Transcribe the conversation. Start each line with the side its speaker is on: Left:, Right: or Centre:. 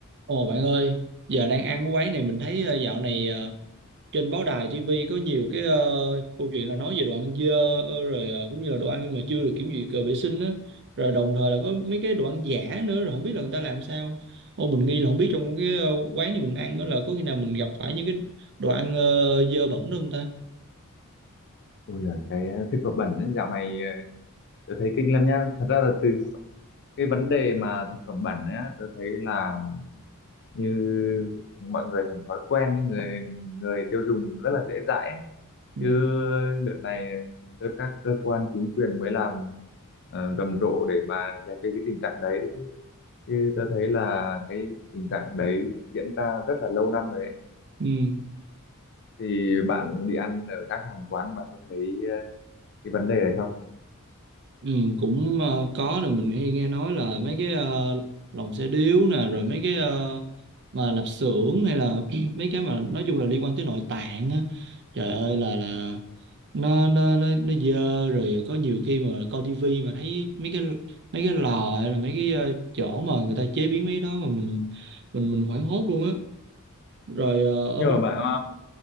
Right: Ồ bạn ơi, giờ đang ăn cái quán này mình thấy ờ, dạo này ờ, trên báo đài TV có nhiều cái ờ, câu chuyện là nói về đồ ăn dơ ờ, rồi ờ, cũng như là đồ ăn mà chưa được kiểm duyệt ờ, vệ sinh á, rồi đồng thời là có mấy cái đồ ăn giả nữa rồi không biết là người ta làm sao. Ô mình nghi là không biết trong cái ờ, quán này mình ăn đó là có khi nào mình gặp phải những cái đồ ăn ờ, dơ bẩn đó không ta?
Left: Ôi giời, cái ờ, thực phẩm bẩn ấy, dạo này ờ, tớ thấy kinh lắm nhá. Thật ra là từ cái vấn đề mà thực phẩm bẩn ấy, á, tớ thấy là như mọi người thành thói quen, ấy, người người tiêu dùng rất là dễ dãi. ấy.
Right: Ừ.
Left: Chứ đợt này ờ, các cơ quan chính quyền mới làm ờ, rầm rộ để mà dẹp đi cái tình trạng đấy đấy chứ. Chứ tớ thấy là cái tình trạng đấy diễn ra rất là lâu năm rồi đấy.
Right: Ừ.
Left: Thì bạn đi ăn ở các hàng quán bạn có thấy ờ, cái vấn đề này không?
Right: Ừ, cũng ờ, có nè mình hay nghe nói là mấy cái ờ, lồng xe điếu nè rồi mấy cái ờ, mà lạp xưởng hay là <clears throat> mấy cái mà nói chung là liên quan tới nội tạng á trời ơi là là nó nó nó nó dơ rồi có nhiều khi mà coi tivi mà thấy mấy cái mấy cái lò hay là mấy cái ờ, chỗ mà người ta chế biến mấy cái đó mà mình mình mình hoảng hốt luôn á rồi ờ, ở
Left: Nhưng
Right: bên
Left: mà bạn